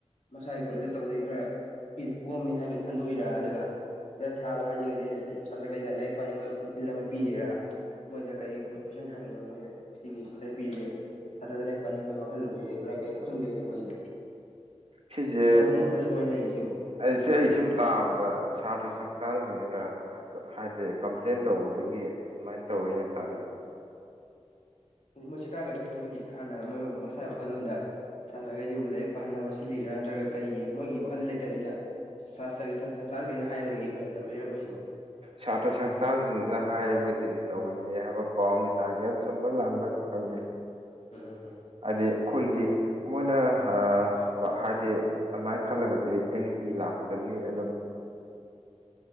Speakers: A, on the left; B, on the right.
A: ꯃꯁꯥꯒꯤ ꯀꯣꯂꯦꯖꯇ ꯇꯧꯕꯗꯤ ꯈꯔ ꯐꯤ ꯀꯣꯝꯃꯦ ꯍꯥꯏꯕꯒꯤ ꯈꯟꯗꯣꯛꯏꯔ ꯑꯗꯨꯒ <unintelligible> ꯊꯥꯕ ꯍꯥꯏꯁꯤꯔꯒꯗꯤ ꯁꯥꯇ꯭ꯔꯈꯩꯗ ꯂꯥꯏꯔꯤꯛ ꯄꯥꯅꯤꯡꯕ ꯏꯊꯤꯜ ꯑꯃ ꯄꯤꯔꯤꯔꯥ ꯃꯣꯏꯗ ꯀꯩ ꯀꯣꯏꯁꯟ ꯍꯪꯉꯤꯅꯣ ꯃꯣꯏꯅ ꯁꯤꯒꯤ ꯁꯦꯟꯇꯔ ꯄꯤꯔꯤꯁꯦ ꯅꯠꯇ꯭ꯔꯒꯥ ꯂꯥꯏꯔꯤꯛ ꯄꯥꯅꯤꯡꯕꯒꯤ ꯋꯥꯈꯜ ꯑꯣꯏꯔꯤꯕ꯭ꯔꯥ ꯀꯩꯅꯣ ꯈꯪꯗꯣꯏꯅꯦ ꯃꯣꯏꯁꯦ
B: ꯁꯤꯁꯦ
A: ꯅꯪꯋꯈꯥꯜ ꯋꯈꯥꯜ ꯀꯃꯥꯏ ꯂꯩꯒꯦ ꯁꯤꯕꯨ
B: ꯑꯩꯁꯦ ꯑꯩ ꯁꯨꯝ ꯇꯥꯕꯗ ꯁꯥꯇ꯭ꯔ ꯁꯪꯁꯊꯥꯟꯁꯤꯡꯁꯤꯅ ꯍꯥꯏꯗꯤ ꯀꯝꯄ꯭ꯂꯦꯟ ꯇꯧꯕꯗꯒꯤ ꯑꯗꯨꯃꯥꯏꯅ ꯇꯧꯋꯦꯅ ꯇꯥꯏ
A: ꯎꯝꯝ ꯃꯣꯏ ꯁꯔꯀꯥ꯭ꯔꯗ ꯑꯩꯅ ꯃꯣꯏꯒꯤ ꯍꯥꯟꯅ ꯃꯣꯏ ꯃꯁꯥꯒꯤ ꯋꯥꯈꯜꯂꯣꯟꯗ ꯁꯥꯇ꯭ꯔꯈꯩꯁꯤꯕꯨ ꯂꯥꯏꯔꯤꯛ ꯄꯥꯍꯟꯅꯕ ꯁꯤꯜꯂꯤꯕ꯭ꯔꯥ ꯅꯠꯇ꯭ꯔꯒ ꯀꯩꯒꯤ ꯃꯣꯏꯒꯤ ꯋꯥꯈꯜ ꯂꯩꯇꯕꯤꯗ ꯁꯥꯇ꯭ꯔꯒꯤ ꯁꯪꯁꯊꯥꯟꯈꯩꯅ ꯍꯥꯏꯕꯗꯒꯤ ꯑꯣꯏꯅ ꯇꯧꯔꯤꯔꯥ ꯃꯣꯏꯁꯤꯕꯨ
B: ꯁꯥꯇ꯭ꯔ ꯁꯪꯁꯊꯥꯟꯁꯤꯡꯁꯤꯅ ꯍꯥꯏꯕꯗꯒꯤ ꯇꯧꯔꯤꯅꯦ ꯍꯥꯏꯕ ꯄꯥꯎꯝ ꯑꯃꯗꯤ ꯇꯥꯈꯤ ꯑꯗꯨ ꯑꯆꯨꯝꯕ ꯂꯥꯟꯕꯗꯤ ꯈꯪꯗꯦ
A: ꯎꯝꯝ
B: ꯍꯥꯏꯗꯤ ꯑꯩꯈꯣꯏꯒꯤ ꯃꯣꯏꯅ ꯍꯥ ꯍꯥꯏꯗꯤ ꯑꯗꯨꯃꯥꯏꯅ ꯈꯜꯂꯒꯗꯤ ꯑꯦ ꯅꯤ ꯄꯤ ꯂꯥꯛꯄꯗꯒꯤ ꯑꯗꯨꯝ
A: <inaudible>